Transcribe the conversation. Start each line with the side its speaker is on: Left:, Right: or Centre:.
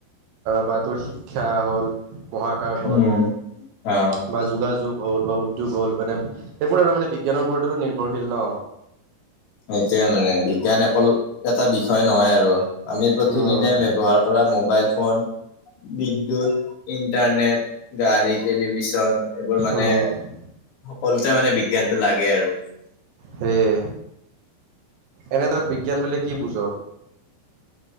Right: বা তোৰ শিক্ষা হ'ল, মহাকাশ হ'ল।
Left: উম অ
Right: বা যোগাযোগ হ'ল বা উদ্যোগ হ'ল মানে এইবোৰ আৰু মানে বিজ্ঞানৰ ওপৰতো নি নিৰ্ভৰশীল ন।
Left: সেইটোয়ে মানে বিজ্ঞান অকল এটা বিষয় নহয় আৰু আমি প্ৰতিদিনে
Right: উম
Left: ব্যৱহাৰ কৰা মোবাইল ফোন। বিদ্যুৎ, ইন্টাৰনেট, গাড়ী, টেলিভিছন। এইবোৰ মানে
Right: উম
Left: সকলোতে মানে বিজ্ঞানটো লাগে আৰু।
Right: সেয়ে, এনেই তই বিজ্ঞান বুলিলে কি বুজ?